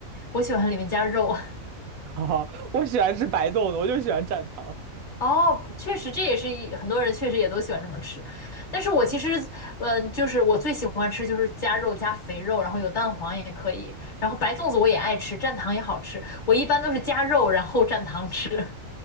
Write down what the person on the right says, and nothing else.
<laughs> 哦，我喜欢吃白粽子，我就喜欢蘸糖。